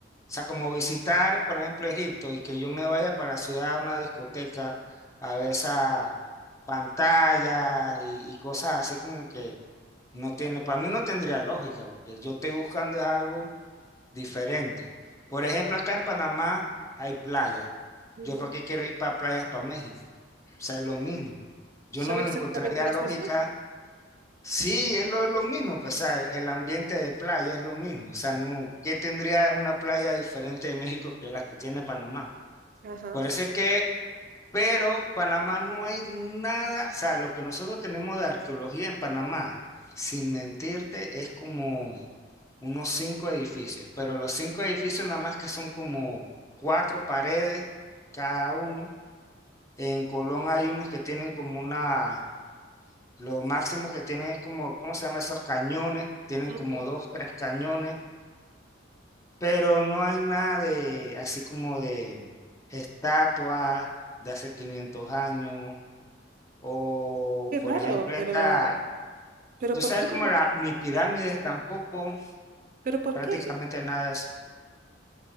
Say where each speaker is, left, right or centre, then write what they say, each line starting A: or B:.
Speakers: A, on the left; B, on the right.
A: sea, como visitar, por ejemplo, Egipto y que yo me vaya para la ciudad a una discoteca a ver esas pantallas y, y cosas así como que no tiene, para mí no tendría lógica, porque yo estoy buscando es algo diferente. Por ejemplo, acá en Panamá hay playa.
B: Ujú,
A: ¿Yo para qué quiero ir para playas para México? O sea, es lo mismo. Yo
B: ¿Son
A: no
B: exactamente
A: le encontraría
B: las
A: lógica.
B: mismas?
A: Sí, es lo, lo mismo, pues, o sea, el, el ambiente de playa es lo mismo. O sea, no, ¿qué tendría una playa diferente de México que la que tiene Panamá?
B: Ajá.
A: Por eso es que, pero Panamá no hay nada, o sea, lo que nosotros tenemos de arqueología en Panamá, sin mentirte, es como unos cinco edificios, pero los cinco edificios nada más que son como cuatro paredes cada uno. En Colón hay unos que tienen como una, lo máximo que tienen es como, ¿cómo se llama? Esos cañones, tienen
B: ujú.
A: como dos, tres cañones, pero no hay nada de, así como de estatuas de hace 500 años, o
B: Qué raro,
A: por ejemplo
B: pero,
A: esta,
B: pero
A: tú
B: ¿por
A: sabes
B: qué
A: como
B: no?
A: la, ni pirámides tampoco,
B: ¿Pero por
A: prácticamente
B: qué?
A: nada de eso.